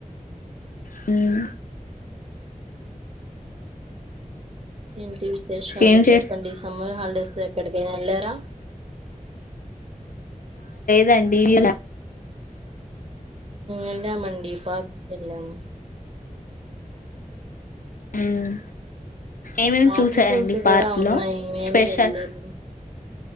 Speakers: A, on the left; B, on the right.
A: హ్మ్
B: ఏంటి విశేషాలు
A: ఏం చే
B: చెప్పండి సమ్మర్ హాలిడేస్ ఎక్కడకైనా ఎల్లారా
A: దండి <unintelligible>
B: ఎల్లమండి పార్క్ కి ఎల్లాము
A: మ్మ్ ఏమేమి
B: వాటర్
A: చూసారండి
B: ఫాల్స్ కూడా
A: పార్క్
B: ఉన్నాయి
A: లో
B: మేమే
A: స్పెషల్
B: వెళ్లేదు